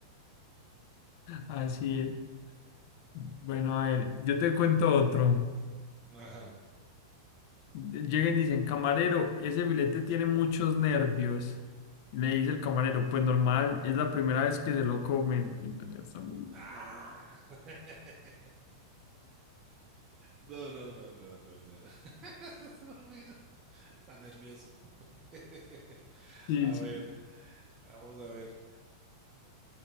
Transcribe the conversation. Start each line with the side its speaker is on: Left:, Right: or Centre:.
Left: Así es. Bueno, a ver, yo te cuento otro.
Right: Ajá.
Left: Llegan y dicen, camarero, ese filete tiene muchos nervios. Y Le dice el camarero, pues normal, es la primera vez que se lo comen. Uy, no, ya está muy-
Right: Ah. <laughs> No, no, no, no, no, no. <laughs> Estuvo bueno. Está nervioso. <laughs>
Left: Sí,
Right: A
Left: sí.
Right: ver, vamos a ver.